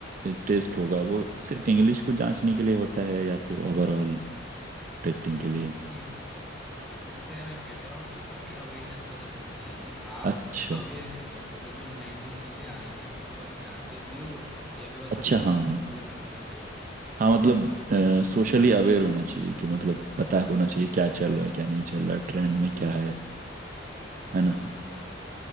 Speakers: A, on the right; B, in the centre.
A: टेस्ट होगा वो सिर्फ इंग्लिश को जांचने के लिए होता है या फिर ओवरऑल टेस्टिंग के लिए
B: नहीं इससे मैं कहता रहा हूँ इससे आपकी अवेयरनेस पता चलती है कि आप
A: अच्छा
B: अवेयर कितने हो जैसे जो नई नई चीजें आ रही हैं आप उनके बारे में जानते भी हो या फिर बस
A: अच्छा
B: अपने एक
A: हाँ
B: कमरे
A: हाँ हाँ
B: बंद में बैठे रहते हो
A: हाँ, मतलब सोशली अवेयर होना चाहिए कि मतलब पता होना चाहिए क्या चल रहा है क्या नहीं चल रहा है ट्रेंड में क्या है है ना
B: हाँ हाँ